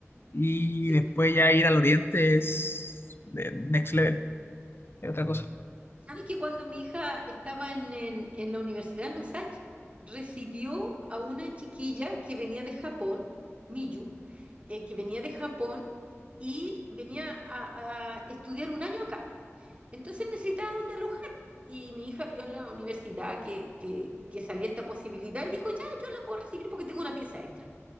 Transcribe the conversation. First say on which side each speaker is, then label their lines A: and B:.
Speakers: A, on the left (about 50°); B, on the right (about 25°).
A: Y
B: sí.
A: después ya ir al Oriente es de next level. Es otra cosa.
B: Sabes que cuando mi hija estaba en, en- en la universidad en los Lusach, recibió a una chiquilla que venía de Japón, Miyu, eh, que venía de Japón y venía a, a estudiar un año acá. Entonces necesitaba dónde alojar. Y mi hija vio en la universidad que, que, que salía esta posibilidad y dijo, ya, yo la puedo recibir porque tengo una pieza extra.